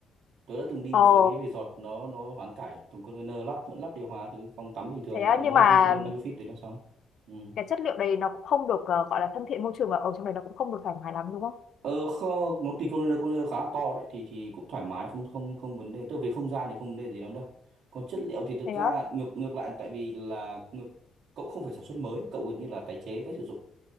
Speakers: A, on the right (about 70°); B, on the left (about 60°).
A: tôi đã từng đi
B: ờ
A: một số cái resort nó nó hoán cải thùng container lắp vẫn lắp điều hòa thì phòng tắm bình thường
B: thế á,
A: tại nó
B: nhưng mà
A: container bao nhiêu feet đấy là xong ừ.
B: cái chất liệu đấy nó cũng không được ờ, gọi là thân thiện môi trường và ở trong này nó cũng không được thoải mái lắm đúng không?
A: Ờ không, nó thì container, container khá là to đấy thì thì cũng thoải mái không không không vấn đề. Tức là về không gian thì không vấn đề gì lắm đâu. Còn chất liệu thì thực
B: Thế
A: ra
B: á.
A: ngược ngược lại tại vì là ngược cậu không phải sản xuất mới, cậu gần như là tái chế, tái sử dụng